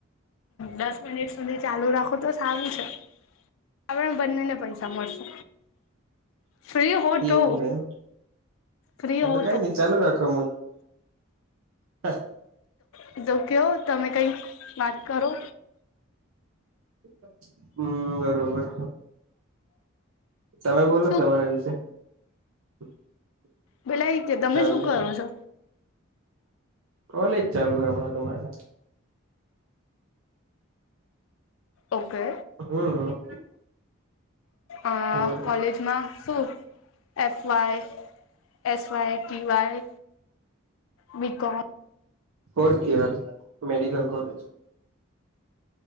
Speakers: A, on the left; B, on the right.
A: દસ મિનિટ સુધી ચાલુ રાખું તો સારું છે, આપ બંનેને પૈસા મળશે. ફ્રી હો
B: એવું
A: તો
B: હેમ,
A: ફ્રી હો
B: તો કઈ નહી, ચાલુ રાખોમ. હા
A: તમે કંઈક, તમે કઈ વાત કરો.
B: <unintelligible> <inaudible> હમ, બરોબર તમે બોલો
A: શું
B: તમારા વિશે <unintelligible> <inaudible>
A: પેલા એ, કે તમે
B: જાણકારી
A: શું કરો છો.
B: કોલેજ, ચાલુ હમણાં તમારે.
A: ઓકે
B: હમ
A: આ
B: હમ
A: કોલેજમા શું F Y, S Y, T Y BCom
B: fourth year, medical college